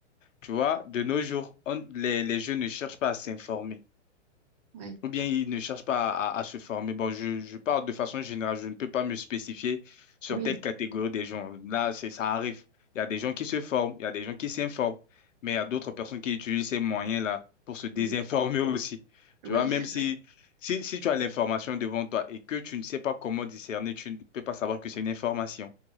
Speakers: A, on the left (about 90°); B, on the right (about 35°).
A: Tu vois, de nos jours, on- les, les jeunes ne cherchent pas à s'informer
B: Ouais,
A: ou bien ils ne cherchent pas à, à- à se former. Bon, je, je parle de façon générale, je ne peux pas me spécifier sur
B: oui,
A: telle catégorie des gens. Là, c'est, ça arrive. Il y a des gens qui se forment, il y a des gens qui s'informent, mais il y a d'autres personnes qui utilisent ces moyens-là pour se désinformer
B: mm,
A: aussi. Tu
B: oui,
A: vois, même
B: c'est
A: si,
B: vrai,
A: si, si tu as l'information devant toi et que tu ne sais pas comment discerner, tu ne peux pas savoir que c'est une information.